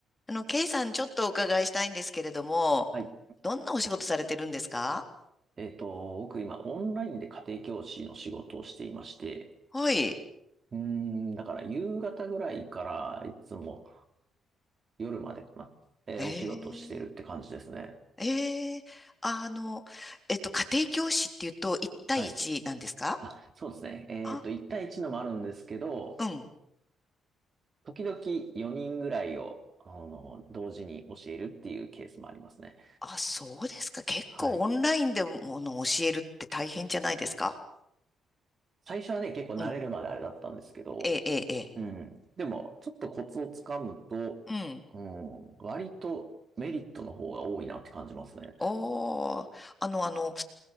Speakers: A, on the left; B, on the right.
A: あの、ケイさん、ちょっとお伺いしたいんですけれども、
B: はい。
A: どんなお仕事されてるんですか
B: えっと、僕今オンラインで家庭教師の仕事をしていまして、
A: はい。
B: うーん、だから夕方ぐらいからいつも夜までかな、えーお仕事をしてるって感じですね。
A: ええええあの、えっと、家庭教師っていうと、1対1なんですか
B: はい。あ、そうですね。えっと、
A: あ、
B: 1対1のもあるんですけど、
A: うん。
B: 時々4人ぐらいを、あの、同時に教えるっていうケースもありますね。
A: あ、そうですか。結構オンラインでもの教えるって大変じゃないですか
B: はい。最初はね、結構慣れるまであれだったんですけど、
A: うん。ええええ
B: うん。でも、ちょっとコツをつかむと、
A: ええ
B: うん、割とメリットの方が多いなって感じますね。
A: ああ、あの、あの、